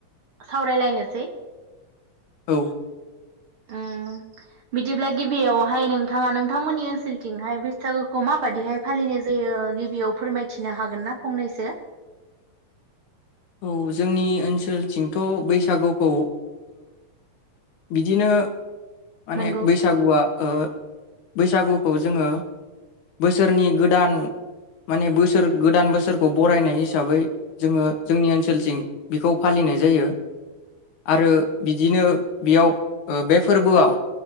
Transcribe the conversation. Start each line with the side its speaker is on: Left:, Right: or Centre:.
Right: सावरायलायनोसै।
Left: औ
Right: उम बिदिब्ला गिबियावहाय नोंथाङा नोंथांमोननि ओनसोलथिंहाय बैसागोखौ माबादिहाय फालिनाय जायो गिबियाव फोरमायथिनो हागोन ना फंनैसो?
Left: औ जोंनि ओनसोलथिंथ' बैसागुखौ बिदिनो माने
Right: नंगौ
Left: बैसागुआ ओ बैसागुखौ जोङो बोसोरनि गोदान माने बोसोर गोदान बोसोरखौ बरायनाय हिसाबै जोङो जोंनि ओनसोलथिं बिखौ फालिनाय जायो आरो बिदिनो बेयाव बे फोरबोआव